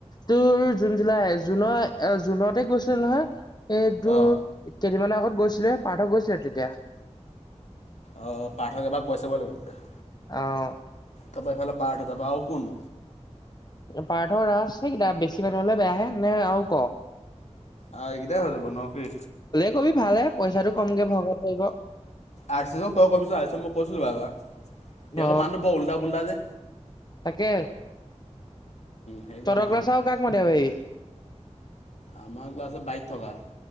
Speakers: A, on the left; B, on the left.
A: তোৰ জুন জুলাই জুনৰ জুনতে গৈছিল নহয়। এই তোৰ
B: অ',
A: কেইদিনমানৰ আগত গৈছিলো সে পাৰ্থ গৈছিল তেতিয়া।
B: অ অ পাৰ্থক এবাৰ কৈ চাব লাগিব তেতিয়া।
A: অঁ।
B: তাপা ইফালে পাৰ্থ তাপা আও কোন।
A: পাৰ্থৰ ৰাস সেইকেইা বেছি মানুহ হলে বেয়াহে নে আৰু কয়।
B: আহ এইকেইটাই হৈ যাব ন কি।
A: কবি ভালে পইচাটো কমকে ভগাব পাৰিব
B: আৰ্চিছক তই কবিছোন মই কৈছিলো বা। সেই
A: অ
B: আকৌ মানুহটো বৰ উল্টা পুলটা যে।
A: তাকে তহঁতক
B: সেইকাৰণে মানে
A: ক্লাছৰ কাক মাতিব পাৰিবি।
B: আমাৰ ক্লাছত বাইক থকা।